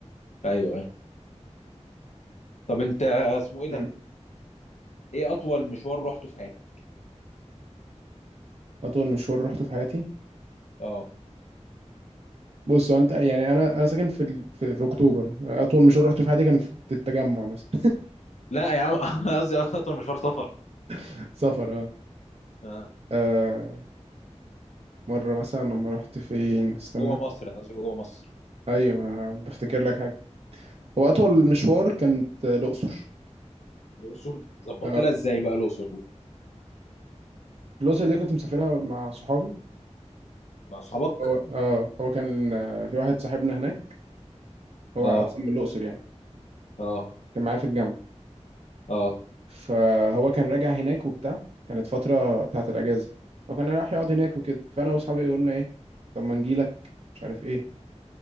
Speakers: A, on the left (about 70°); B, on the right (about 55°).
A: ايوه ايوه طب انت اسمه ايه ده
B: مم.
A: ايه اطول مشوار رحته في حياتك
B: اطول مشوار روحته في حياتي
A: اه
B: بص هو انت يعني انا انا ساكن في ال... في, في اكتوبر اطول مشوار رحته في حياتي كان في التجمع مثلا
A: لا يا عم <laughs> أنا قصدي اصلا مشوار سفر
B: <laughs> سفر اه
A: اه
B: آه، مرة مثلا لما رحت فين استنى
A: جوه مصر انا قصدي جوه مصر
B: ايوه انا بفتكر لك حاجة هو اطول مشوار كانت آه، الاقصر
A: الاقصر ظبطت
B: آه،
A: لها ازاي بقى الاقصر دي؟
B: الاقصر دي كنت مسافرها مع صحابي
A: مع اصحابك
B: هو اه هو كان آه، في واحد صاحبنا هناك هو
A: اه
B: اصلا من الاقصر يعني
A: اه
B: كان معايا في الجامعة
A: اه
B: فهو كان راجع هناك وبتاع كانت فترة بتاعت الأجازة هو كان رايح يقعد هناك وكده فأنا وأصحابي قلنا إيه طب ما نجيلك مش عارف إيه